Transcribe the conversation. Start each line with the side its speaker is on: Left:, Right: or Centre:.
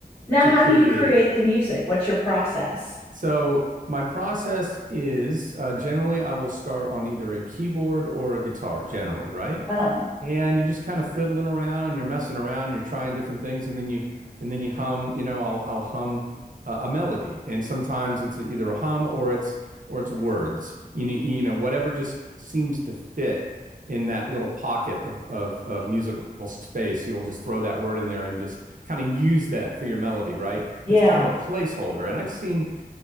Left: Now,
Right: to
Left: how
Right: create.
Left: do you create the music? What's your process?
Right: So my process is uh, generally I will start on either a keyboard or a guitar, generally, right?
Left: Uh-huh.
Right: and you're just kind of fiddling around and you're messing around and you're trying different things and then you and then you hum you know I'll I'll hum a, a melody and sometimes it's either a hum or it's or it's words you know you know whatever just seems to fit in that little pocket of of of musical space you'll just throw that word in there and just kind of use that for your melody right
Left: Yeah.
Right: it's kind of a placeholder and I've seen